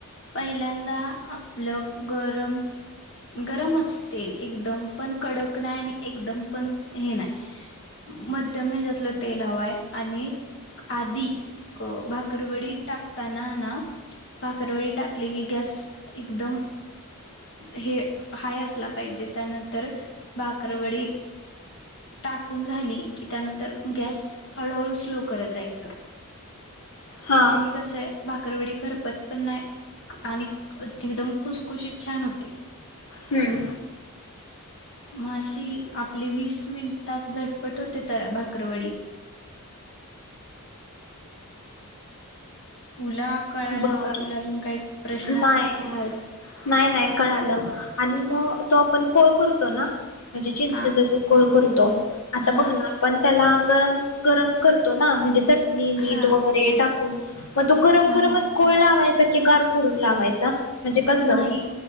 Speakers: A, on the left (about 55°); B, on the left (about 75°).
A: पहिल्यांदा आपलं गरम गरमच तेल एकदम पण कडक नाही आणि एकदम पण हे नाही मध्यम ह्याच्यातलं तेल हवंय आणि आधी भाकरवडी टाकताना ना भाकरवडी टाकलेली की गॅस एकदम हे हाय असला पाहिजे त्यानंतर भाकरवडी टाकून झाली की त्यानंतर गॅस हळूहळू स्लो करत जायच.
B: हां
A: त्यांनी कस आहे. भाकरवाडी खरपत पण नाही. आणि एकदम खुसखुशीत छान होते.
B: हं.
A: मग अशी आपली वीस मिनिटात झटपट होते त्या भाकरवडी तुला कळालं
B: बर
A: का तुला अजून काही प्रश्न
B: नाही
A: आहेत?
B: नाही नाही कळालं आणि मग तो आपण कोळ पुरतो ना? म्हणजे चिंचेचा
A: हा
B: जो कोळ करतो आता
A: हा
B: बघ ना आपण त्याला गरम गरम करतो ना म्हणजे च मीठ
A: हा
B: वगैरे टाकून म तो गरम
A: हा
B: गरमच
A: हा
B: वायचं की घर करून लावायचा. म्हणजे कसं
A: नाही